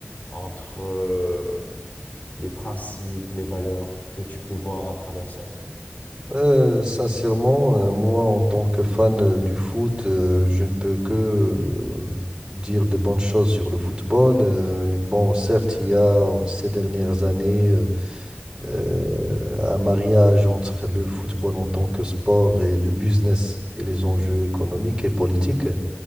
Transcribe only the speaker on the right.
Euh, sincèrement, euh, moi, en tant que fan euh, du foot, euh, je ne peux que euh, dire de bonnes choses sur le football. Euh, bon, certes, il y a ces dernières années euh, euh, un mariage entre le football en tant que sport et le business et les enjeux économiques et politiques.